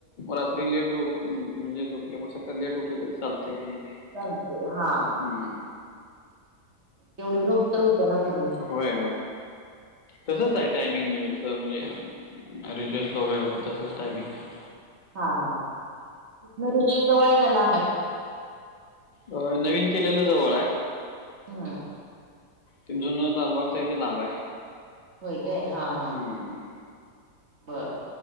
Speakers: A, on the left; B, on the right.
A: रात्री लेट. म्हणजे, झोपल्यामुळे सकाळी लेट उठलं तरी चालतंय. <unintelligible>
B: चालतंय हा.
A: हम्.
B: तेवढी झोप तर होते ना पूर्ण.
A: व्हय व्हय तसच आहे टायमिंग <unintelligible> म्हणजे <unintelligible> वगैरे होत तसच टायमिंग आहे.
B: हा हा तिथंन <unintelligible> जवळ आहे का लांब आहे?
A: अ नवीन केलेलं जवळ आहे.
B: हम्
A: ते जुन लालबागच आहे ते लांब आहे.
B: होय काय? हा हा.
A: हम् हू.
B: बरं.